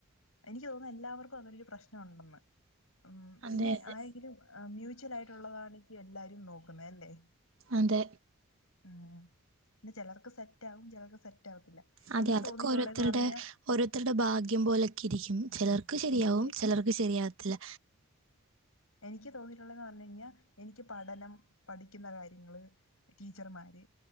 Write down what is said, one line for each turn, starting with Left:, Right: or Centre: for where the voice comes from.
Left: എനിക്ക് തോന്നും എല്ലാവർക്കും അതരു പ്രശ്നം ണ്ടെന്ന് ഉം
Right: അതെ,
Left: പിന്നെ
Right: അതെ.
Left: ആരെങ്കിലും മ്യൂച്വൽ ആയിട്ടുള്ളതാണങ്കിൽഎല്ലാരും നോക്കുന്നേ അല്ലേ
Right: അതെ
Left: മം പിന്നെ ചിലർക്ക് സെറ്റ് ആകും ചിലർക്ക് സെറ്റ് ആവത്തില്ല
Right: അതെ
Left: എനിക്ക്
Right: അതൊക്കെ
Left: തോന്നിയിട്ടുള്ളന്ന്
Right: ഓരോരുത്തരുടെ
Left: പറഞ്ഞ
Right: ഓരോരുത്തരുടെ ഭാഗ്യം പോലൊക്കെ ഇരിക്കും
Left: ഉം
Right: ചിലർക്ക് ശരിയാവും
Left: എനിക്ക്
Right: ചിലർക്ക് ശരിയാവത്തില്ല
Left: എനിക്ക് തോന്നി <unintelligible> എനിക്ക്പഠനം പഠിക്കുന്ന കാര്യങ്ങള് ടീച്ചർമാർ